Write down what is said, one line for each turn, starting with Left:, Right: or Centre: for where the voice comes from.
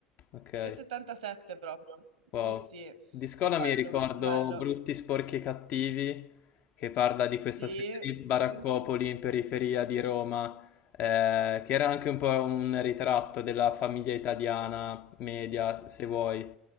Left: Ok.
Right: del 77 proprio,
Left: Wow.
Right: sì, sì,
Left: Di scuola
Right: bello,
Left: mi ricordo
Right: bello,
Left: Brutti, Sporchi e Cattivi, che parla di questa
Right: sì,
Left: specie di baraccopoli
Right: sì,
Left: in periferia di Roma, eh, che era anche un po' un ritratto della famiglia italiana media, se vuoi